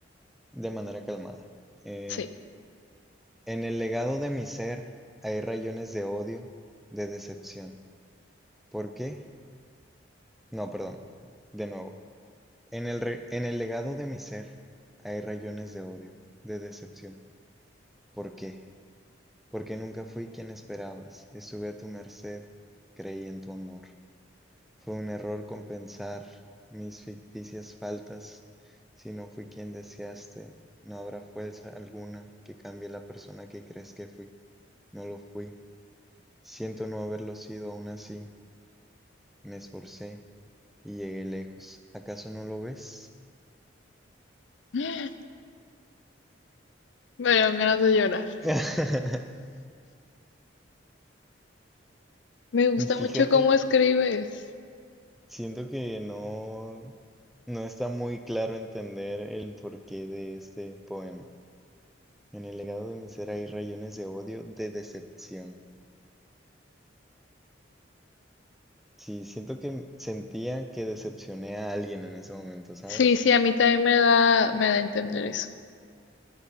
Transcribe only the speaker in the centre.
de manera calmada. Eh,
en el legado de mi ser hay rayones de odio, de decepción. ¿Por qué? No, perdón. De nuevo. En el, re- en el legado de mi ser hay rayones de odio, de decepción. ¿Por qué? Porque nunca fui quien esperabas. Estuve a tu merced, creí en tu amor. Fue un error compensar mis ficticias faltas. Si no fui quien deseaste, no habrá fuerza alguna que cambie la persona que crees que fui. No lo fui. Siento no haberlo sido aún así. Me esforcé y llegué lejos. ¿Acaso no lo ves?
<laughs>
Fíjate,
siento que no, no está muy claro entender el porqué de este poema. En el legado de mi ser hay rayones de odio, de decepción. Sí, siento que m- sentía que decepcioné a alguien en ese momento, ¿sabes?